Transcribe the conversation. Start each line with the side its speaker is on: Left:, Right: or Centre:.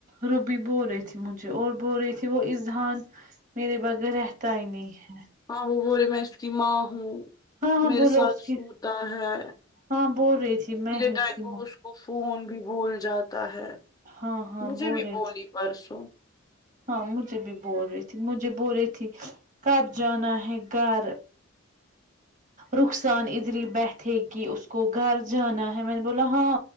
Right: روبی بول رہی تھی مجھے اور بو رہی تھی وہ اذہان میرے بغیر رہتا ہی نہیں ہے
Left: ہاں وہ بول رہے میں اس کی ماں ہوں
Right: ہاں ہاں
Left: میرے
Right: بولو
Left: ساتھ
Right: اس کی
Left: شوتا ہے
Right: ہاں بول رہی تھی میں
Left: میرے
Right: ہی اس
Left: ٹائم
Right: کی
Left: میں
Right: ماں
Left: مش وہ فون بھی بھول جاتا ہے
Right: ہاں ہاں
Left: مجھے
Right: بول
Left: بھی
Right: رہی
Left: بولی
Right: تھی
Left: پرسوں
Right: ہاں مجھے بھی بول رہی تھی مجھے بول رہی تھی کب جانا ہے گھر رخسان ادری بیٹھے گی اس کو گھر جانا ہے میں نے بولا ہاں